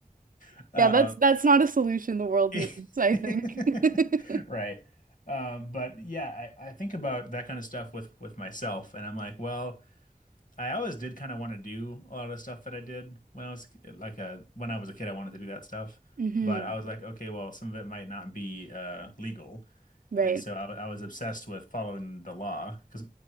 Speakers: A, on the left; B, on the right.
A: <laughs> um,
B: Yeah, that's that's not a solution the world
A: <laughs>
B: needs, I think.
A: right. Um, but yeah, I, I think about that kind of stuff with with myself, and I'm like, well. I always did kind of want to do a lot of stuff that I did when I was like a when I was a kid. I wanted to do that stuff,
B: <laughs> hmm
A: but I was like, okay, well, some of it might not be uh, legal,
B: Right,
A: and so I, I was obsessed with following the law because